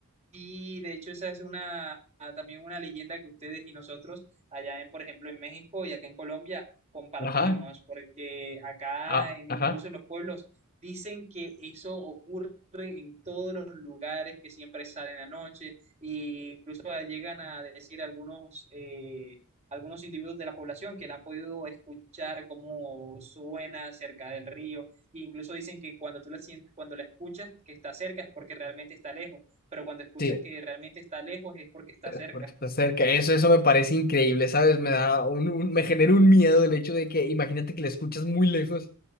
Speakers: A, on the right; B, on the left.
A: Y de hecho esa es una ah, también una leyenda que ustedes y nosotros allá en, por ejemplo, en México y acá en Colombia compartimos,
B: Ajá,
A: porque acá
B: ah,
A: en-
B: ajá.
A: incluso en los pueblos dicen que eso ocurre en todos los lugares, que siempre salen a noche, e incluso llegan a decir algunos eh, algunos individuos de la población que la han podido escuchar cómo suena cerca del río, e incluso dicen que cuando tú la sientes, cuando la escuchas que está cerca es porque realmente está lejos pero cuando escuchas
B: Sí,
A: que realmente está lejos es porque está
B: eh,
A: cerca.
B: porque está cerca. Eso, eso me parece increíble, ¿sabes? Me da un, un- me genera un miedo el hecho de que imagínate que la escuchas muy lejos.